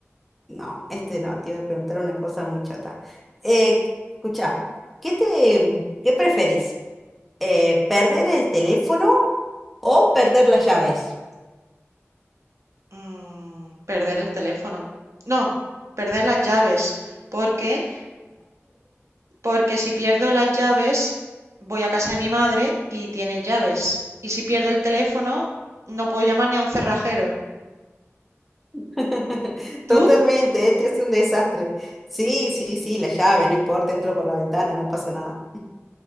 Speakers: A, in the centre; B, on the right.
A: no, este no, te iba a preguntar una cosa muy chata. Eh, escucha, ¿qué te, qué preferís? Eh, ¿perder el teléfono o perder las llaves?
B: Mm, perder el teléfono. No, perder las llaves. ¿Por qué? Porque si pierdo las llaves, voy a casa de mi madre y tiene llaves. Y si pierdo el teléfono, no puedo llamar ni a un cerrajero.
A: <laughs>
B: ¿Tú?
A: Totalmente, ¿eh? Te hace un desastre. Sí, sí, sí, la llave, no importa, entro por la ventana, no pasa nada.